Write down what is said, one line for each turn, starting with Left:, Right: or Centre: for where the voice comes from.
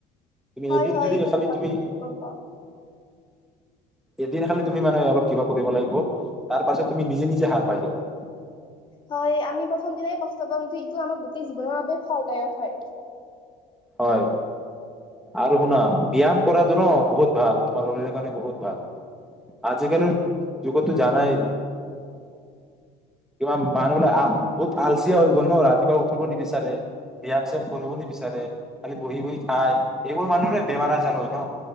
Left: হয়
Centre: এদিন
Left: হয়
Centre: যদি
Left: এইটো
Centre: খালি তুমি
Left: গম পাও
Centre: এদিন খালি তুমি মানে অলপ কিবা কৰিব লাগিব তাৰ পাছত তুমি নিজে নিজে সাৰ পাই যাবা
Left: হয় আমি প্ৰথম দিনাই কষ্ট পাওঁ কিন্তু এইটো আমাৰ গোটেই জীৱনৰ বাবে ফলদায়ক হয়
Centre: হয় আৰু শুনা ব্যায়াম কৰাটো ন বহুত ভাল তোমাৰ শৰীৰৰ কাৰণে বহুত ভাল আজিকালিৰ যুগতো জানাই কিবা মানুহবিলাক আ বহুত আলচিয হৈ গল ন ৰাতিপুৱা উঠিব নিবিচাৰে ব্যায়াম চ্যাম কৰিব নিবিচাৰে খালি বহি বহি খাই এইবোৰ মানুহৰে বেমাৰ আজাৰ হয় ন